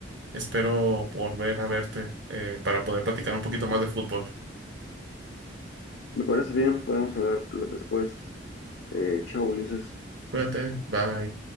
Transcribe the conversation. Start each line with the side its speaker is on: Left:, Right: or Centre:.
Right: Espero volver a verte eh, para poder platicar un poquito más de fútbol.
Left: Me parece bien, podemos hablar después. Eh, chao, Ulises.
Right: Cuídate, bye.